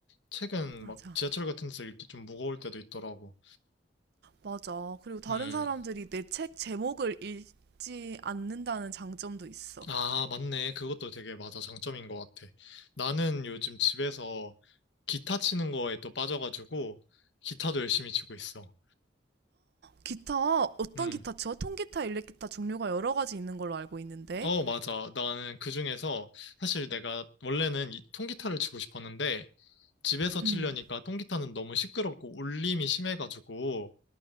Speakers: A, on the left; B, on the right.
A: 책은
B: 맞아.
A: 막 지하철 같은 데서 읽기 좀 무거울 때도 있더라고.
B: 맞아. 그리고 다른
A: 음.
B: 사람들이 내 책 제목을 읽지 않는다는 장점도 있어.
A: 아, 맞네. 그것도 되게 맞아. 장점인 것 같아. 나는 요즘 집에서 기타 치는 거에 또 빠져가지고 기타도 열심히 치고 있어.
B: 기타, 어떤
A: 음.
B: 기타 쳐? 통기타, 일렉기타 종류가 여러 가지 있는 걸로 알고 있는데.
A: 어, 맞아. 나는 그 중에서 사실 내가 원래는 이 통기타를 치고 싶었는데 집에서
B: 음,
A: 치려니까 통기타는 너무 시끄럽고 울림이 심해가지고